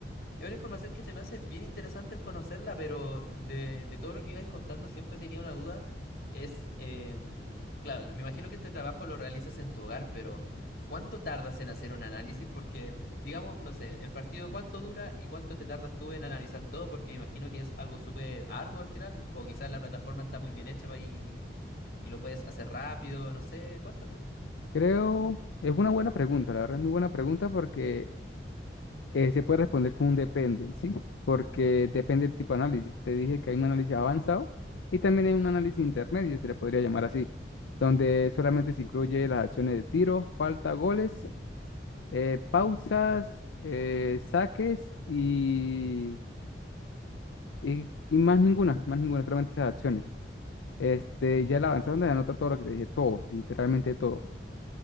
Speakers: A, on the left; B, on the left.
A: Es una información que se me hace bien interesante el conocerla, pero de, de todo lo que me ibais contando siempre tenía una duda. Es, em, claro, me imagino que este trabajo lo realizas en tu hogar, pero ¿cuánto tardas en hacer un análisis? Porque, digamos, no sé, el partido cuánto dura y cuánto te tardas tú en analizar todo, porque me imagino que es algo súper arduo al final, o quizás la plataforma está muy bien hecha pa- y, y lo puedes hacer rápido, no sé, cuéntame.
B: Creo, es una buena pregunta, la verdad es muy buena pregunta porque eh, se puede responder con un depende, ¿sí? Porque depende del tipo de análisis. Te dije que hay un análisis avanzado y también hay un análisis intermedio, se le podría llamar así, donde solamente se incluye las acciones de tiro, falta, goles, eh, pausas, eh, saques y, y, y más ninguna, más ninguna, solamente esas acciones. Este, ya el avanzado donde anota todo lo que te dije, todo, literalmente todo.